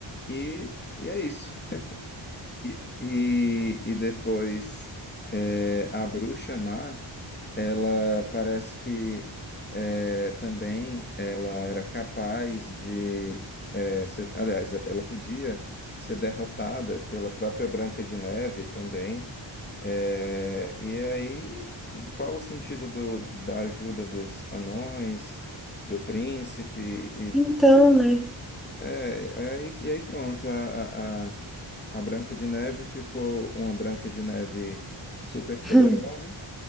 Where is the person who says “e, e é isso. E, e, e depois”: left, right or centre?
Left